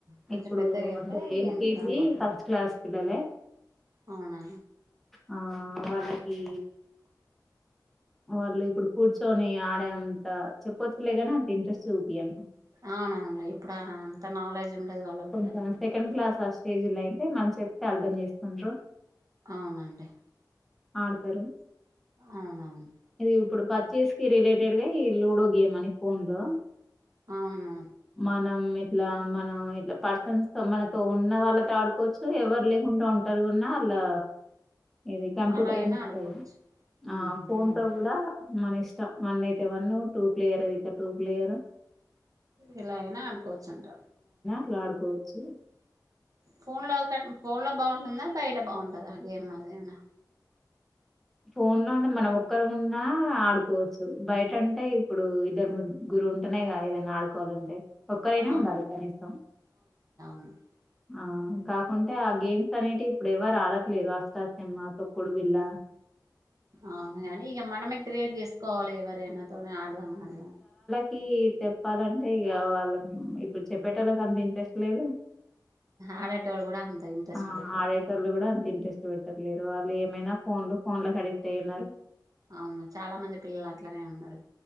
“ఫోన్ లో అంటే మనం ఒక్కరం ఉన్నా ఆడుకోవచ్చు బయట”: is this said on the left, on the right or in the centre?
Centre